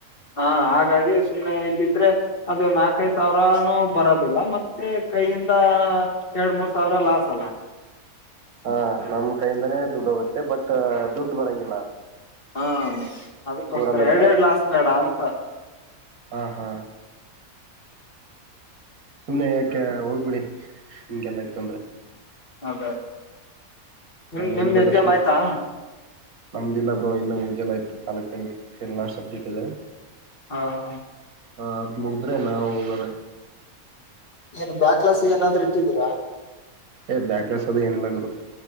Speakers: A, on the left (about 40°); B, on the right (about 80°).
A: ಹಾ ಹಾಗಾಗಿ ಸುಮ್ಮ್ನೆ ಇದ್ದಿದ್ರೆ ಅದು ನಾಲ್ಕೈದು ಸಾವಿರಾನು ಬರೋದಿಲ್ಲ ಮತ್ತೆ ಕೈಯಿಂದ ಎರಡ್ ಮೂರ್ ಸಾವಿರ ಲಾಸ್ ಅಲ್ಲ
B: ಹಾ ನಮ್ ಕೈಯಿಂದಾನೇ ದುಡ್ ಹೋಗುತ್ತೆ ಬಟ್ ದುಡ್ ಬರಂಗಿಲ್ಲ
A: ಹಾ ಅದಕ್ಕೋಸ್ಕರ
B: ಊರಲ್ಲಿದ್ರೆ
A: ಎರಡ್ ಎರಡ್ ಲಾಸ್ಟ್ ಮೇಡ ಅಂತ ಹಾ
B: ಹಾ ಹಾ ಸುಮ್ಮ್ನೆ ಯಾಕೆ ಹೋಗ್ಬಿಡಿ ಹಿಂಗೆಲ್ಲ ಇತ್ಂದ್ರೆ
A: ಹದ ನಿಮ್ದ ನಿಮ್ದ
B: ಏನ್ ಗೊತ್ತ
A: ಎಕ್ಸಾಮ್
B: ಸುಮ್
A: ಆಯ್ತಾ
B: ನಮ್ದಿಲ್ಲ ಬ್ರೋ ಇನ್ನು ಮುಗ್ದಿಲ್ಲ ಇಪ್ಪತ್ನಾಲ್ಕು ಕರಾ ಸಬ್ಜೆಕ್ಟ್ ಇದೆ
A: ಹಾ ಹಾ
B: ಹ ಅದ ಮುದ್ರೆ ನಾವ ಹೋಗದ
A: ಏನ್ ಬ್ಯಾಕ್ಲಾಸ್ ಏನಾದ್ರೂ ತಿದಿರಾ
B: ಏ ಬ್ಯಾಕ್ಲೆನ್ಸ್ ಅದು ಏನಲ್ಲಗದು